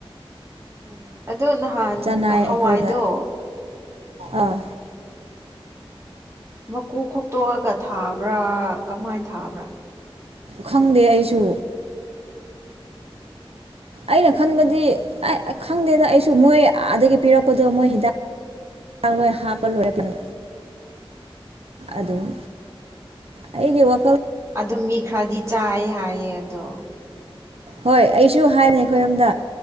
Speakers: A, on the right; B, on the right.
A: ꯎꯝ ꯑꯗꯣ ꯅꯍꯥꯟ
B: ꯆꯅꯥꯏ
A: ꯍꯋꯥꯏꯗꯣ
B: ꯑꯩꯈꯣꯏꯗ ꯑꯥ
A: ꯃꯀꯨ ꯈꯣꯛꯇꯣꯛꯑꯒ ꯊꯥꯕ꯭ꯔꯥ ꯀꯃꯥꯏꯅ ꯊꯥꯕ꯭ꯔꯥ
B: ꯈꯪꯗꯦ ꯑꯩꯁꯨ ꯑꯩꯅ ꯈꯟꯕꯗꯤ
A: ꯑꯣ
B: ꯈꯪꯗꯦꯗ ꯑꯩꯁꯨ ꯃꯣꯏ ꯑꯗꯒꯤ ꯄꯤꯔꯛꯄꯗꯣ ꯃꯣꯏ ꯍꯤꯗꯥꯛ ꯂꯣꯏ ꯍꯥꯞꯄ ꯂꯣꯏꯔꯦꯃꯤ
A: ꯎꯝ
B: ꯑꯗꯨꯝ ꯑꯩꯒꯤ ꯋꯥ
A: ꯑꯗꯨ ꯃꯤ ꯈꯔꯗꯤ ꯆꯥꯏ ꯍꯥꯏꯌꯦ ꯑꯗꯣ
B: ꯍꯣꯏ ꯑꯩꯁꯨ ꯍꯥꯏꯕꯅꯦ ꯑꯩꯈꯣꯏꯔꯣꯝꯗ